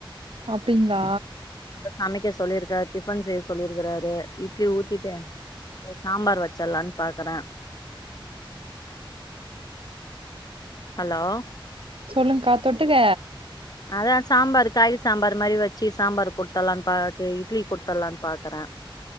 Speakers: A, on the right (about 80°); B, on the left (about 45°).
A: அப்டிங்ளா
B: அமைக்கே சொல்லிருக்கார் டிஃபன் செய்ய சொல்லிருக்குறாரு இட்லி ஊத்திட்டே அ சாம்பார் வச்சிற்லான் பாக்குறே ஹலோ
A: சொல்லுங்க்கா தொட்டுக்க
B: அதா சாம்பார் காய் சாம்பார் மாரி வச்சு சாம்பார் குடுத்தடலான்னு பாச்சு இட்லி குடுத்தடலான்னு பாக்குறே